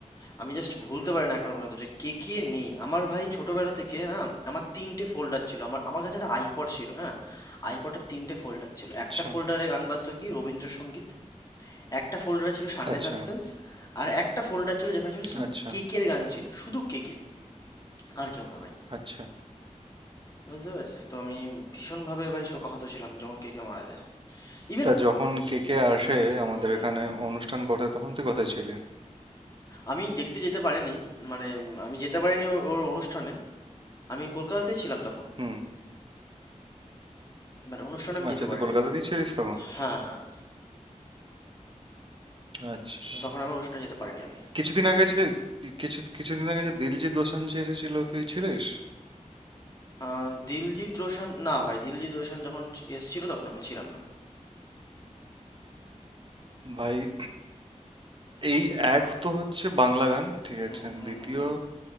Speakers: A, on the left (about 30°); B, on the right (about 40°).
A: আমি জাস্ট ভুলতে পারি না এখনো পর্যন্ত যে কে কে নেই আমার ভাই ছোটবেলা থেকে না আমার তিনটে ফোল্ডার ছিল আমার আমার কাছে একটা আইপড ছিল হ্যাঁ আইপডের তিনটে ফোল্ডার ছিল
B: আচ্ছা
A: একটা ফোল্ডারে গান বাজতো কি রবীন্দ্রসঙ্গীত একটা ফোল্ডারে ছিল সানডে
B: আচ্ছা
A: সাসপেন্স আর একটা ফোল্ডার ছিল যেখানে ছিল শুধু
B: আচ্ছা
A: কেকের গান ছিল শুধু কেকে আর কেউ না ভাই
B: আচ্ছা
A: বুঝতে পেরেছিস তো আমি ভীষণভাবে ভাই শোকাহত ছিলাম যখন কেকে মারা যায় ইভেন
B: তা যখন কে কে আসে
A: হুম
B: আমাদের
A: হুম
B: এখানে অনুষ্ঠান করতে তখন তুই কোথায় ছিলি
A: আমি দেখতে যেতে পারিনি মানে আমি যেতে পারিনি ওর ওর অনুষ্ঠানে আমি কলকাতাতেই ছিলাম তখন
B: হুম
A: মানে অনুষ্ঠানে আমি
B: আচ্ছা
A: যেতে
B: তুই
A: পারিনি
B: কলকাতাতেই ছিলিস তখন
A: হ্যাঁ, হ্যাঁ।
B: আচ্ছা
A: তখন আমি অনুষ্ঠানে যেতে পারিনি আমি।
B: কিছুদিন আগে যে কিছু কিছুদিন আগে যে দিলজিৎ দোসাঞ্জ যে এসেছিল তুই ছিলিস
A: আ দিলজিৎ রোশান না ভাই, দিলজিৎ রোশান যখন ছি এসেছিল তখন আমি ছিলাম না।
B: ভাই এই এক তো হচ্ছে বাংলা গান ঠিক
A: হুম,
B: আছে
A: হুম,
B: দ্বিতীয়
A: হুম, হুম।